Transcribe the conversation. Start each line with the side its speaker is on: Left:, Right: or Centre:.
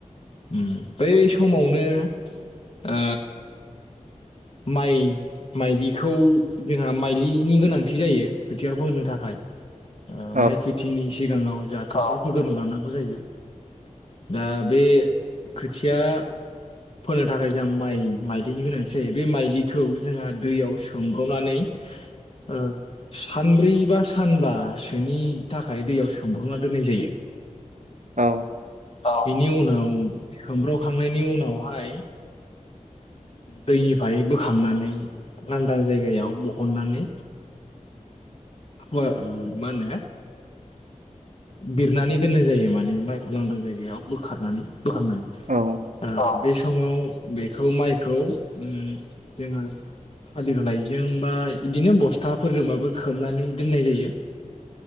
Left: उम बै समावनो ओ माइ माइलिखौ जोंहा माइलिनि गोनांथि जायो खोथिया फोनो थाखाय
Right: औ
Left: माइ खेथिनि सिगाङाव जा खाथियाव फोग्रोना लानांगौ जायो दा बे खोथिया फोनो थाखाय जा माइ माइलिनि गोनांथि जे बे माइलिखौ जोंहा दैयाव सोमब्र'नानै ओ सानब्रैबा सानबासोनि थाखाय दैयाव सोमब्र'ना दोननाय जायो
Right: औ
Left: अ बेनि उनाव सोमब्रखांनायनि उनावहाय दैनिफ्राय बोखांनानै लांदां जायगायाव बहननानै ओ मा होनो बिरनानै दोननाय जायो माने माइखौ लांदां जायगायाव बोखारनानै बोखारनानै
Right: औ
Left: ओ बे समाव बे खौ माइखौ उम जोंहा थालिर लाइजों बा इदिनो बस्थाफोरजोंबाबो खोबनानै दोननाय जायो